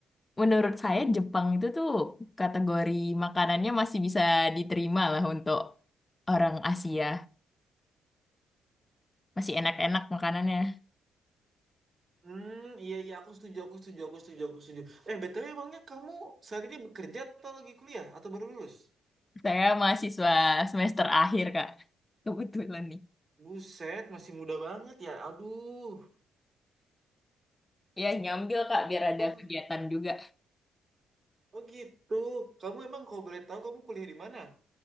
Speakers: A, on the left; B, on the right.
A: menurut saya Jepang itu tuh kategori makanannya masih bisa diterima lah untuk orang Asia. Masih enak-enak makanannya.
B: Hmm, iya iya aku setuju, aku setuju, aku setuju, aku setuju. Eh, BTW emangnya kamu saat ini bekerja atau lagi kuliah atau baru lulus?
A: Saya mahasiswa semester akhir, Kak. Kebetulan nih.
B: Buset, masih muda banget ya. Aduh.
A: Iya, nyambil Kak biar ada
B: Oh,
A: kegiatan juga.
B: oh gitu. Kamu emang kalau boleh tahu kamu kuliah di mana?